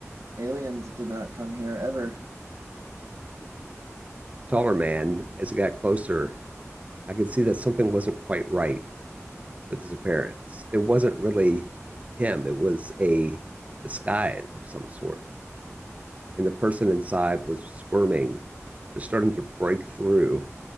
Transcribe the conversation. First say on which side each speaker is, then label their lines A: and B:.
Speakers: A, on the right; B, on the right.
A: Aliens did not come here ever.
B: taller man, as it got closer, I could see that something wasn't quite right with his appearance. It wasn't really him, it was a disguise of some sort. And the person inside was squirming, just starting to break through